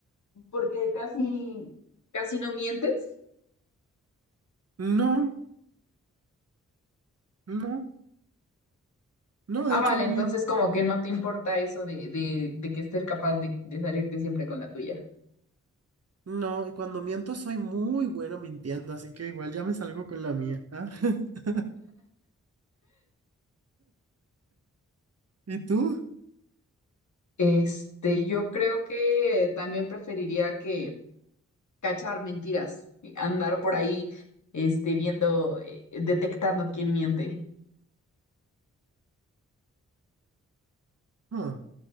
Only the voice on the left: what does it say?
porque casi, casi no mientes.
Ah,
vale,
entonces
como que no te importa eso de, de, de que ser capaz de, de salirte siempre con la tuya.
Este, yo creo que también preferiría que cachar mentiras, y andar por ahí, este, viendo, eh, detectando quién miente.